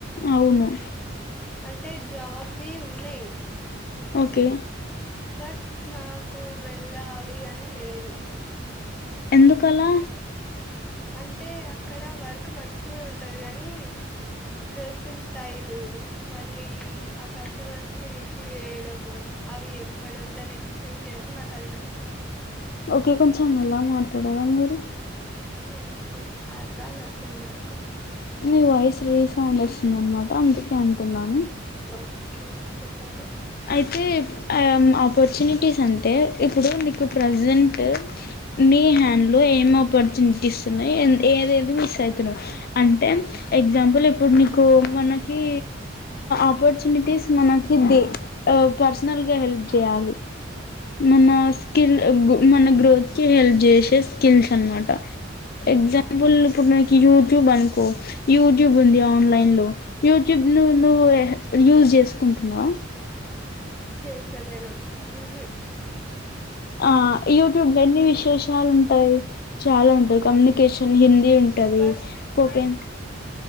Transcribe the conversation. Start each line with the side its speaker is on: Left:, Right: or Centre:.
Left: అవును
Centre: అంటే జాబ్వి ఉన్నాయి
Left: ఓకే
Centre: బట్ నాకు వెళ్ళలి అని లేదు
Left: ఎందుకలా
Centre: అంటే అక్కడ వర్క్ మంచిిన ఉంటది కానీ డ్రెస్సింగ్ స్టైల్ మళ్ళీ ఆ కస్టమర్స్ కి రిసీవ్ చేయడం అవి ఎప్పడం దాన్ని ఎక్స్ప్లెయిన్ చేయడం నాకు అది నచ్చదు
Left: ఓకే కొంచెం ఎలా మాట్లాడాల మీరు
Centre: ఓ ఓకే అలా నచ్చదు నాకు
Left: నీ వాయిస్ రీసౌండ్ వస్తుంద అనమాట అందుకే అంటున్నాను
Centre: ఓకే చెప్పండి
Left: అయితే ఆపర్చునిటీస్ అంటే ఇప్పుడు నీకు ప్రజెంట్ నీ హ్యాండ్లో ఏం ఆపర్చునిటీస్ ఉన్నాయి ఏదేది మిస్ అవుతున్నావు అంటే ఎగ్జాంపుల్ ఇప్పుడు నీకు మనకి ఆపర్చునిటీస్ మనకి దే పర్సనల్ గా హెల్ప్ చేయాలి మనస్ స్కిల్ మన గ్రోత్కి హెల్ప్ చేసే స్కిల్స్ అనమాట ఎగ్జాంపుల్ ఇప్పుడు నాకు యూట్యూబ్ అనుకో యూట్యూబ్ ఉంది ఆన్లైన్ లో యూట్యూబ్ ను ను యూజ చేసుకుంటున్నావ
Centre: పే సేమీను <unintelligible>
Left: ఆ యూట్యూబ్ లో ఎన్ని విశేషాలు ఉంటాయి చాలా ఉంటాయి కమ్యూనికేషన్ ఇన్ ఇ ఉంటది
Centre: బట్
Left: పోతేన్